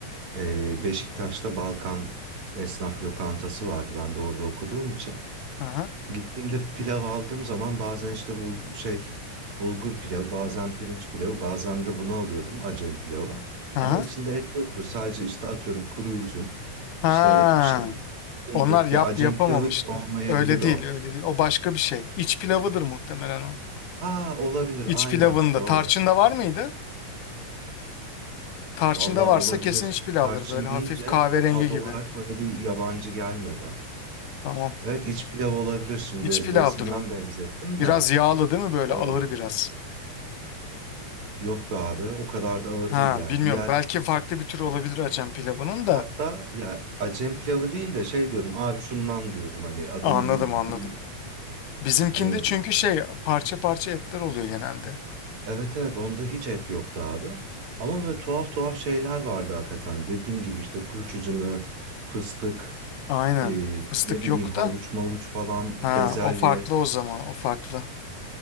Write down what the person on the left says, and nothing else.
ha
ha
ha
Onlar yap
yapamamıştı.
Öyle değil,
öyle değil. O başka bir şey. İç pilavıdır muhtemelen o.
İç
pilavında.
Tarçında var mıydı? Tarçında
varsa
kesin iç pilavdır.
Böyle hafif
kahverengi
gibi.
Tamam.
İç pilavdır
o.
Biraz
yağlı değil mi? Böyle
ağır biraz.
Ha,
bilmiyorum.
Belki farklı bir tür olabilir Acem pilavının da.
Anladım,
anladım. Bizimkinde
çünkü şey parça parça etler oluyor genelde.
Aynen.
Fıstık
yok
da.
Ha,
o farklı o zaman. O farklı.